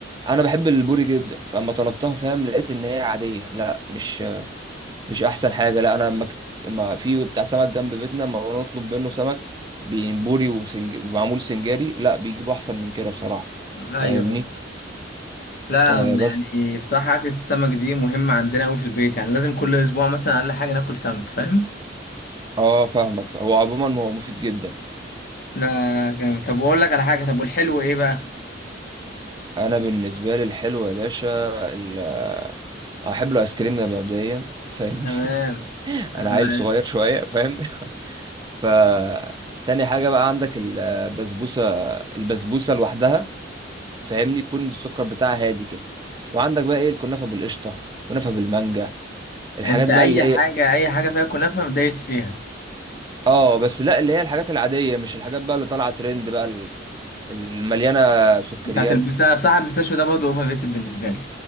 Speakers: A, on the right; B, on the left.
A: انا بحب البوري جدا فاما طلبتها فاهم لقيت ان هي عاديه لا مش مش احسن حاجه لا انا اما ك- اما في بتاع سمك جنب بيتنا اما انا اطلب منه سمك بي- بوري وسنج... ومعمول سنجاري لا بيجيبوا احسن من كده بصراحه
B: أيوه
A: فاهمني
B: أيوه لا
A: آه بس
B: يعني بصراحة أكلة السمك دي مهمة عندنا أوي في البيت يعني لازم كل أسبوع مثلا أقل حاجة ناكل سمك فاهم؟
A: اه فاهمك هو عموما هو مفيد جدا
B: لا جامد طب واقول لك على حاجه طب والحلو ايه بقى
A: انا بالنسبه لي الحلو يا باشا ال... آه، احب الايس كريم ده مبدئيا فاهمني
B: تمام
A: <laughs>
B: تمام
A: انا عيل صغير شويه فاهم ف تاني حاجة بقى عندك البسبوسة البسبوسة لوحدها فاهمني يكون السكر بتاعها هادي كده وعندك بقى ايه الكنافة بالقشطة كنافة بالمانجا الحاجات
B: انت
A: بقى
B: اي
A: اللي هي
B: حاجه اي حاجه فيها كنافه دايس فيها
A: اه بس لا اللي هي الحاجات العادية مش الحاجات بقى اللي طالعة ترند بقى ال- المليانة سكريات
B: انت هتلبسها بصراحه المستشفى ده برضه اوفر ريتد بالنسبه لي